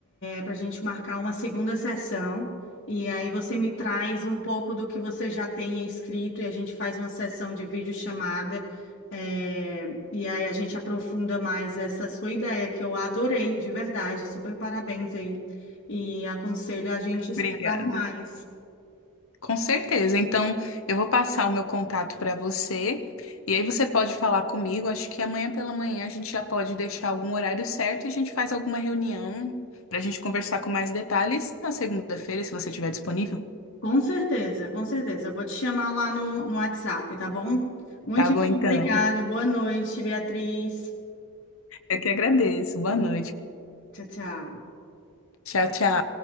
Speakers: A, on the left; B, on the left.
A: para a gente marcar uma segunda sessão. E aí você me traz um pouco do que você já tem escrito e a gente faz uma sessão de videochamada. eh, e aí a gente aprofunda mais essa sua ideia, que eu adorei, de verdade. Super parabéns aí e aconselho a gente explorar
B: Obrigada.
A: mais.
B: Com certeza. Então, eu vou passar o meu contato para você e aí você pode falar comigo. Acho que amanhã pela manhã a gente já pode deixar algum horário certo e a gente faz alguma reunião para a gente conversar com mais detalhes na segunda-feira, se você estiver disponível.
A: Com certeza, com certeza. Eu vou te chamar lá no, no WhatsApp, tá bom? Muito
B: Tá bom, então.
A: obrigada. Boa noite, Beatriz.
B: Eu que agradeço. Boa noite.
A: Tchau, tchau.
B: Tchau, tchau.